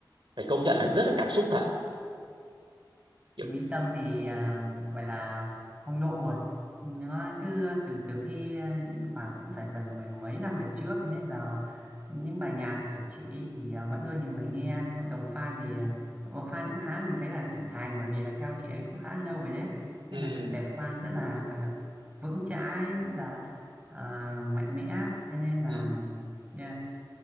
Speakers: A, on the right; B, on the right.
A: phải công nhận là rất là cảm xúc thật kiểu
B: thì mỹ tâm thì à, gọi là phong độ rồi nó cứ từ từ khi à, khoảng cũng phải gần mười mấy năm về trước nên giờ những bài nhạc của chị ấy thì à, vẫn luôn nhiều người nghe cộng đồng fan thì à, cộng đồng fan cũng khá mình thấy là trưởng thành bởi vì là theo chị ấy cũng khá lâu rồi đấy nên
A: ừ
B: là cái tệp fan rất là gọi là vững chãi rất là à, mạnh mẽ cho nên là
A: ừ
B: yeah.